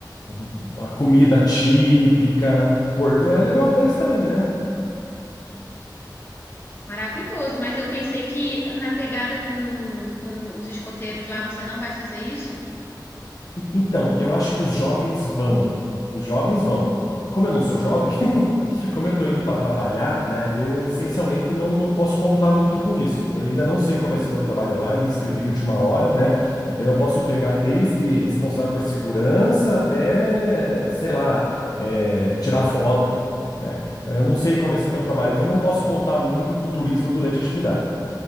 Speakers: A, on the left (about 55°); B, on the left (about 30°).
A: um- uma comida típica. Porto é legal pra isso também, né?
B: Maravilhoso, mas eu pensei que na pegada com, com os escoteiros lá você não vai fazer isso?
A: E- Então, eu acho que os jovens vão. Os jovens vão. Como eu não sou jovem, <laughs> como eu tô indo para trabalhar, né? Eu essencialmente não, não posso contar muito com isso. Eu ainda não sei qual vai ser meu trabalho lá, eu me inscrevi de última hora, né? Então eu posso pegar desde responsável por segurança até, sei lá, é, tirar foto, né? Então eu não sei qual vai ser meu trabalho, então eu não posso contar muito com o turismo durante a atividade.